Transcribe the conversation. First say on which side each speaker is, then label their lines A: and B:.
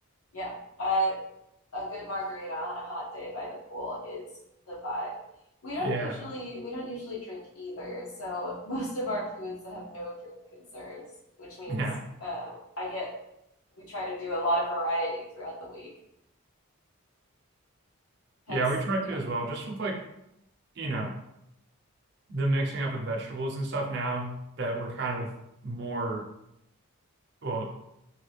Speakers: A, on the left; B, on the right.
A: Yeah. Uh, a good margarita on a hot day by the pool is the vibe. We don't
B: Yeah,
A: usually we don't usually drink either, so <laughs> most of our foods have no drink concerns, which means
B: yeah,
A: uh, I get we try to do a lot of variety throughout the week. Hence,
B: yeah. We try
A: yeah,
B: to as well, just with like you know the mixing up of vegetables and stuff now that we're kind of more well